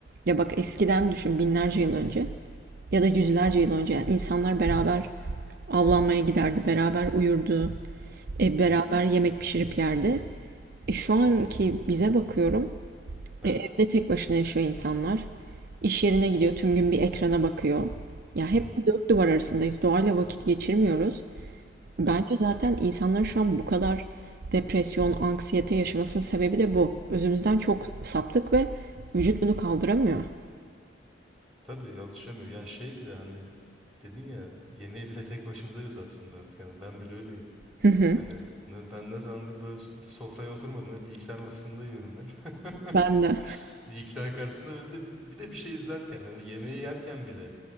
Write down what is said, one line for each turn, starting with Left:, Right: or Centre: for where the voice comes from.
Right: Ya bak eskiden düşün binlerce yıl önce ya da yüzlerce yıl önce yani insanlar beraber avlanmaya giderdi, beraber uyurdu, e, beraber
Centre: Hı hı.
Right: yemek pişirip yerdi. E, şu anki bize bakıyorum
Centre: Evet.
Right: e, evde tek başına yaşıyor insanlar. İş yerine gidiyor, tüm gün bir ekrana bakıyor. Ya hep
Centre: Hı hı.
Right: bir dört duvar arasındayız. Doğayla vakit geçirmiyoruz. Bence
Centre: Evet.
Right: zaten insanların şu an bu kadar depresyon, anksiyete yaşamasının sebebi de bu. Özümüzden çok saptık ve vücut bunu kaldıramıyor.
Centre: Tabii alışamıyor. Yani şey bile hani dedin ya yemeği bile tek başımıza yiyoruz aslında artık. Yani ben bile öyleyim.
Right: Hı hı.
Centre: Hani ne- ben ne zamandır böyle s- sofraya oturmadım. Hep bilgisayar masasında yiyorum ben.
Right: Ben
Centre: <laughs>
Right: de.
Centre: Bilgisayar karşısında ve de, bir de bir şey izlerken hani yemeği yerken bile